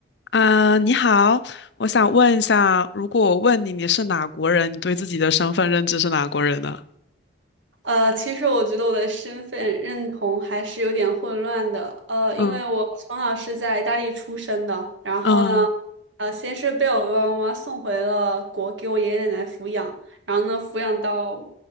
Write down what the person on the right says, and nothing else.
呃，其实我觉得我的身份认同还是有点混乱的。呃，因为我从小是在意大利出生的，
然后呢，
呃，先是被我爸爸妈妈送回了国，给我爷爷奶奶抚养，然后呢，抚养到